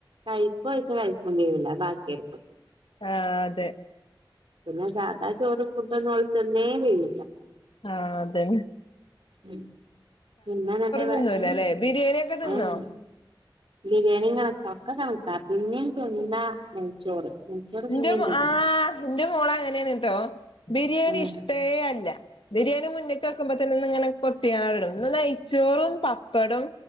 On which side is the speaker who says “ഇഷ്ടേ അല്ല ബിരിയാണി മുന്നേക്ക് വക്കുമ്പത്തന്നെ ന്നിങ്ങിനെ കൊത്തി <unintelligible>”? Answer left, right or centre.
Left